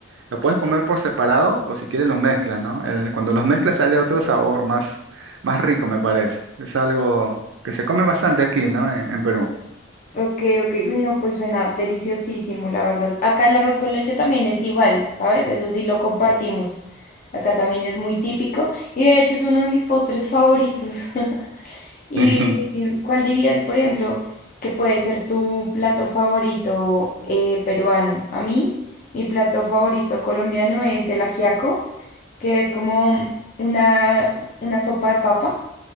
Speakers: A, on the right (about 70°); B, on the left (about 40°).
A: lo puedes comer por separado o si quieres lo mezclas, ¿no? El- cuando los mezclas sale otro sabor más, más rico, me parece. Es algo que se come bastante aquí, ¿no? En, en Perú.
B: Ok, ok. Uy, no, pues suena deliciosísimo, la verdad. Acá el arroz con leche también es igual, ¿sabes? Eso sí lo compartimos. Acá también es muy típico y de hecho es uno de mis postres favoritos. <laughs> ¿Y
A: <laughs>
B: cuál dirías, por ejemplo, que puede ser tu plato favorito eh, peruano? A mí, mi plato favorito colombiano es el ajiaco, que es como una, una sopa de papa.